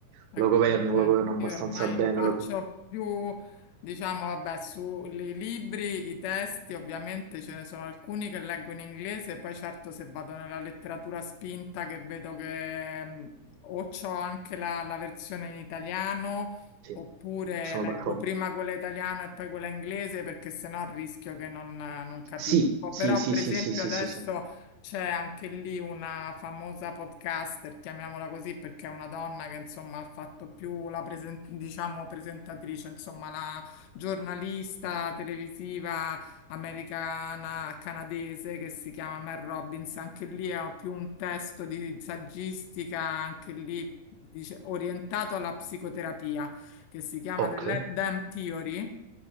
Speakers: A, on the left; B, on the right.
A: Ecco,
B: Lo governo,
A: eh,
B: lo governo abbastanza
A: Io ormai
B: bene.
A: lo faccio
B: Lo...
A: più, diciamo, vabbè, sui libri, i testi, ovviamente ce ne sono alcuni che leggo in inglese, poi certo se vado nella letteratura spinta che vedo che mh, o c'ho anche la, la versione in italiano,
B: Sì,
A: oppure
B: sono
A: leggo
B: d'accordo.
A: prima quella italiana e poi quella inglese, perché sennò rischio che non non capisco.
B: Sì, sì,
A: Però,
B: sì,
A: per
B: sì,
A: esempio,
B: sì, sì,
A: adesso...
B: sì, sì.
A: C'è anche lì una famosa podcaster, chiamiamola così, perché è una donna che insomma ha fatto più la presen- diciamo presentatrice, insomma la giornalista televisiva americana canadese che si chiama Mel Robbins. Anche lì è più un testo di saggistica, anche lì dice, orientato alla psicoterapia, che si chiama
B: Ok,
A: The Let Them Theory